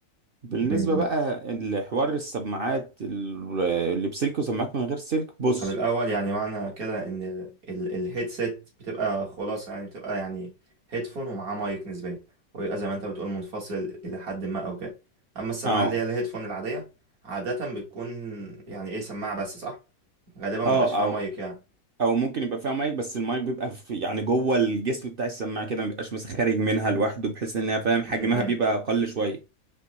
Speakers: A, on the right; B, on the right.
A: بالنسبة
B: امم
A: بقى لحوار السماعات ال- اللي بسلك وسماعات من غير سلك بص
B: طب الأول يعني معنى كده إن ال- ال- الهيدسيت بتبقى خلاص يعني بتبقى يعني هيدفون ومعاه مايك نسبيا ويبقى زي ما أنت بتقول منفصل إلى حد ما أو كده أما السماعة
A: اه
B: اللي هي الهيدفون العادية عادة بتكون يعني إيه سماعة بس صح؟ غالبا
A: اه
B: ما بيبقاش فيها
A: او
B: مايك يعني
A: او ممكن يبقى فيها مايك بس المايك بيبقى في يعني جوه الجسم بتاع السماعة كده ما بيبقاش مثلا خارج منها لوحده بحيث انها فاهم
B: م-م.
A: حجمها بيبقى اقل شوية